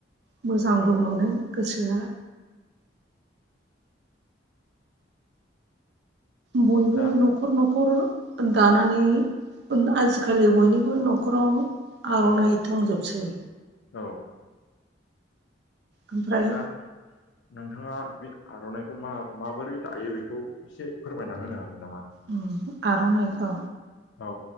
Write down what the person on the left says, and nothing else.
औ औ
दा
औ
औ
दा नोंथाङा बे आर'नाइखौ मा माबोरै दायो बेखौ एसे फोरमायना होनो हागोन नामा?
औ